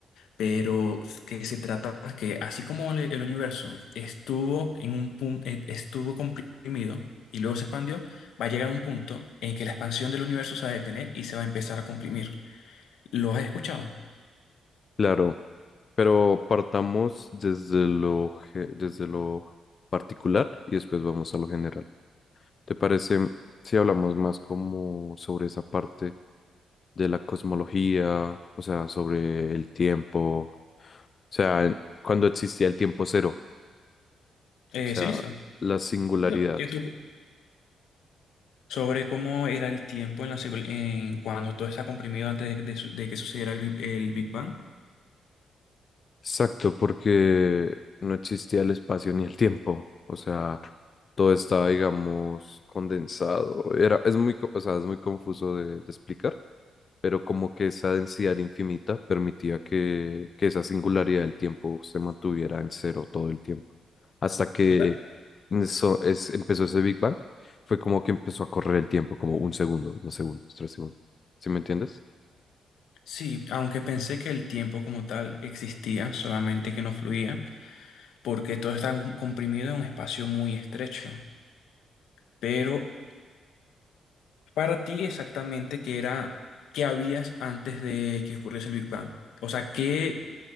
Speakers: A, on the left (about 80°); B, on the left (about 30°).
A: pero que se trata que así como el, el universo estuvo en un punto, estuvo comprimido y luego se expandió, va a llegar un punto en que la expansión del universo se va a detener y se va a empezar a comprimir. ¿Lo has escuchado?
B: claro. Pero partamos desde lo, ge- desde lo particular y después vamos a lo general. ¿Te parece si hablamos más como sobre esa parte de la cosmología, o sea, sobre el tiempo, o sea, en- cuando existía el tiempo cero,
A: Eh,
B: o sea,
A: sí, listo.
B: la singularidad?
A: Yo- eh, tú- sobre cómo era el tiempo en la, secu- en cuando todo está comprimido antes de, de su- de que sucediera el, Big- el Big Bang.
B: Exacto, porque no existía el espacio ni el tiempo, o sea, todo estaba, digamos, condensado. Era, es muy, co- o sea, es muy confuso de de explicar pero como que esa densidad infinita permitía que, que esa singularidad del tiempo se mantuviera en cero todo el tiempo. Hasta que
A: O sea,
B: eso es, empezó ese Big Bang, fue como que empezó a correr el tiempo, como un segundo, dos segundos, tres segundos. ¿Sí me entiendes?
A: sí, aunque pensé que el tiempo como tal existía, solamente que no fluía. porque todo está com- comprimido en un espacio muy estrecho. Pero para ti exactamente, ¿qué era, qué habías antes de que ocurriese el Big Bang? O sea, ¿qué,